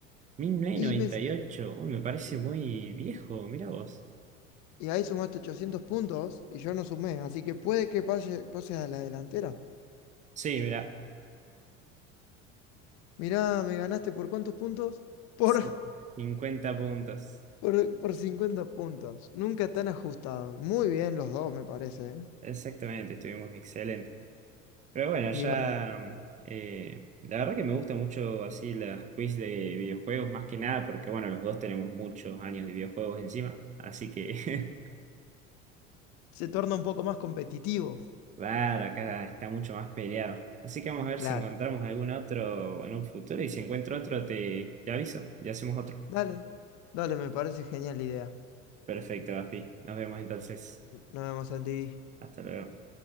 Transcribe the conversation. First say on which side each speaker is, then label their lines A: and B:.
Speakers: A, on the right; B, on the left.
A: 1998.
B: Y, me, s-
A: Uy, me parece muy viejo. Mira vos.
B: y ahí sumaste 800 puntos y yo no sumé, así que puede que pase, pase a la delantera.
A: Sí, mira.
B: Mirá, me ganaste por cuántos puntos? Por,
A: Sí.
B: <laughs>
A: 50 puntos.
B: por, por 50 puntos. Nunca tan ajustado. Muy bien los dos, me parece, ¿eh?
A: Exactamente, estuvimos excelentes. Pero bueno,
B: Y
A: ya.
B: bueno,
A: mm, eh, la verdad que me gusta mucho así las quiz de videojuegos, más que nada, porque bueno, los dos tenemos muchos años de videojuegos encima. Así que,
B: se torna un poco más competitivo.
A: <laughs> claro, acá está mucho más peleado. Así que vamos a ver
B: Claro.
A: si encontramos algún otro en un futuro y si encuentro otro, te, te aviso y hacemos otro.
B: Dale, dale, me parece genial la idea.
A: Perfecto, Gaspi. Nos vemos entonces.
B: Nos vemos en TV.
A: Hasta luego.